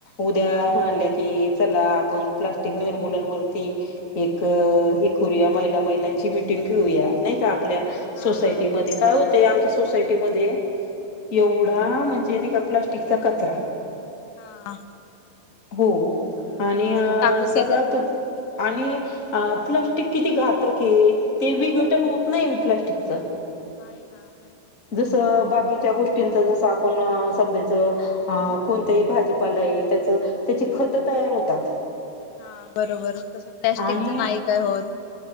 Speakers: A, on the left; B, on the left.
A: उद्या
B: हा हा
A: म्हंटल की चला आपण प्लास्टिक निर्मूलन ती एक हे करूया महिला महिलांची मिटिंग घेऊया नाही का आपल्या
B: हा
A: सोसायटी
B: हा
A: मध्ये काय होतआमच्या सोसायटी मध्ये
B: हा
A: एवढा म्हण जे का प्लास्टिक चा कचरा
B: हा
A: हो
B: अच्छा
A: आणि
B: मग असं
A: अ
B: टाकून
A: सगळा
B: देतात
A: तो
B: का
A: आणि प्लास्टिक किती घातक आहे ते
B: हो
A: विघटन होत नाही प्लास्टिकचं
B: मायना <inaudible>
A: जसं बाकीच्या गोष्टींचा जसं आपण समजायचं कोणतही भाजीपाला आहे त्याच त्याची खत तयार होतात.
B: हा बरोबर तस प्लॅस्टिकच
A: आणि
B: नाही काय होत.